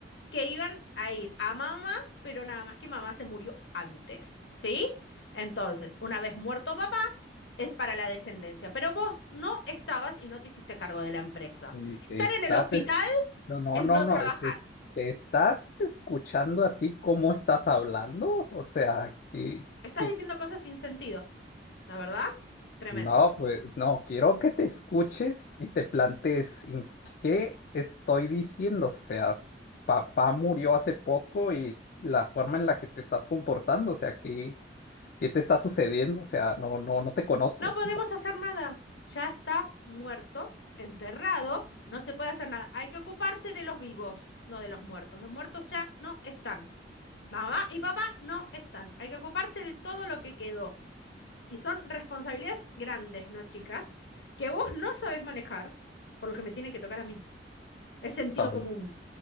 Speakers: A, on the left; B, on the left.
A: que iban a ir a mamá, pero nada más que mamá se murió antes, ¿sí? Entonces, una vez muerto papá, es para la descendencia, pero vos no estabas y no te hiciste cargo de la empresa.
B: Mm,
A: Estar
B: Estás,
A: en el hospital
B: es- no, no,
A: es
B: no,
A: no
B: no,
A: trabajar.
B: es- es- te estás escuchando a ti cómo estás hablando, o sea, que,
A: Estás
B: que-
A: diciendo cosas sin sentido, la verdad. Tremendo.
B: no, pues, no, quiero que te escuches y te plantees en qué estoy diciendo, o sea, s- papá murió hace poco y la forma en la que te estás comportando, o sea, qué, qué te está sucediendo, o sea, no, no, no te conozco,
A: No podemos hacer nada. Ya está muerto, enterrado, no se puede hacer nada. Hay que ocuparse de los vivos, no de los muertos. Los muertos ya no están. Mamá y papá no están. Hay que ocuparse de todo lo que quedó. Y son responsabilidades grandes, ¿no, chicas? Que vos no sabés manejar, por lo que me tienen que tocar a mí. Es sentido
B: no,
A: común.